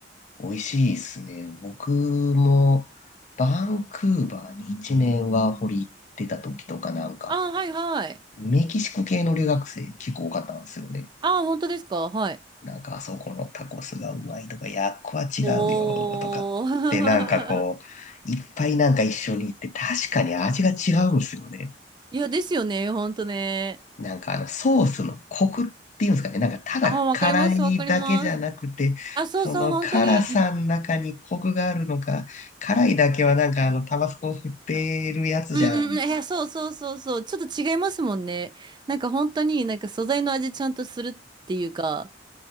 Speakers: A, on the left; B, on the right.
A: 美味しいですね。僕もバンクーバーに1年ワーホリ行ってた時とかなんか、
B: ああ、はいはい。
A: メキシコ系の留学生結構多かったんですよね。
B: ああ、本当ですかはい。
A: なんかあそこのタコスがうまいとか、いや、っこは違うよとかってなんかこう、
B: おー。
A: いっぱいなんか一緒に行って確かに味が違うんですよね。
B: <laughs> いや、ですよね。本当ね。
A: なんかあのソースのコクっていうんですかね。なんかただ辛いだけじゃなくて、
B: ああ、わかります。わかります。あ、そうそう、
A: その辛さの中にコクがあるのか、
B: 本当に。
A: 辛いだけはなんかあのタバスコを振ってるやつじゃん。
B: うんうんうん。いや、そうそうそうそう。ちょっと違いますもんね。なんか本当になんか素材の味ちゃんとするっていうか。